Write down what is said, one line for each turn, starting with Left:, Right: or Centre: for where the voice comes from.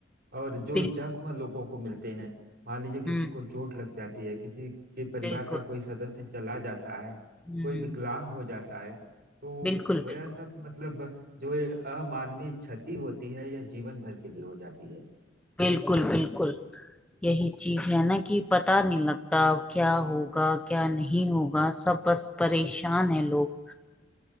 Right: और जो
Centre: बिल,
Right: जख्म लोगों को मिलते हैं मान लीजिए किसी
Centre: हम्म
Right: को चोट लग जाती है किसी के परिवार
Centre: बिल्कुल
Right: का कोई सदस्य चला जाता है
Centre: हम्म
Right: कोई विकलांग हो जाता है तो
Centre: बिल्कुल
Right: वह
Centre: बिल्कुल
Right: सब मतलब जो ये अमानवीय क्षति होती है यह जीवन भर के लिए हो जाती है
Centre: बिल्कुल बिल्कुल यही चीज है ना कि पता नहीं लगता अब क्या होगा क्या नहीं होगा सब बस परेशान है लोग